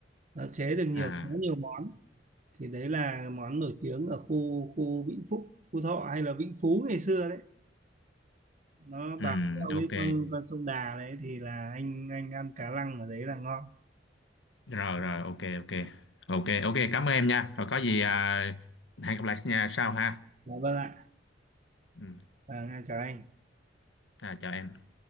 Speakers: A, on the right (about 40°); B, on the left (about 85°).
A: nó chế được nhiều
B: à.
A: khá nhiều món thì đấy là món nổi tiếng ở khu khu Vĩnh Phúc Phú Thọ hay là Vĩnh Phú ngày xưa đấy nó
B: Ừ,
A: bám theo
B: ok.
A: cái con con sông Đà đấy thì là anh anh ăn cá lăng ở đấy là ngon
B: rồi rồi ok ok ok ok cảm ơn em nha rồi có gì à, hẹn gặp lại nha sau ha
A: dạ vâng ạ
B: ừ.
A: và chào anh
B: à, chào em